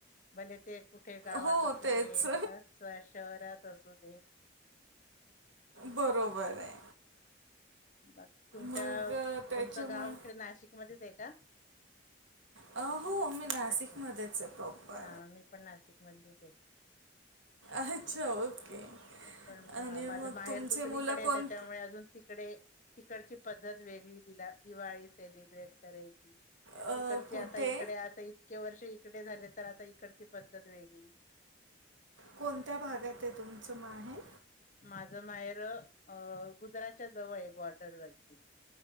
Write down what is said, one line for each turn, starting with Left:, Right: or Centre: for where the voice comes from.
Left: भले ते कुठे गावात
Right: हो
Left: असूदे,
Right: तेच
Left: <unintelligible> शहरात तसू दे.
Right: बरोबर आहे.
Left: बाकी तुमच्या
Right: मग अ, त्याच्यामुळे
Left: तुमचं गाव इकडे नाशिकमध्ये आहे आ.
Right: अ, हो, मी नाशिकमध्येच
Left: अच्छा,
Right: आहे प्रॉपर.
Left: हा मी पण नाशिक मल्ली ते
Right: अच्छा, ओके.
Left: पण
Right: आणि
Left: माझं
Right: मग
Left: माहेर
Right: तुमचे
Left: दुसरीकडे
Right: मुलं
Left: आहे,
Right: कोण
Left: त्याच्यामुळे अजून तिकडे तिकडची पद्धत वेगळी दिला दिवाळी सेलिब्रेट करायची.
Right: अ,
Left: इकडचे
Right: कुठे?
Left: आता इकडे आता इतके वर्ष इ इकडे झाले तर आता इकडची पद्धत वेगळी.
Right: कोणत्या भागात आहे तुमचं माहेर.
Left: माझं माहेर अ गुजरातच्या जवळ आहे बॉर्डरवरती.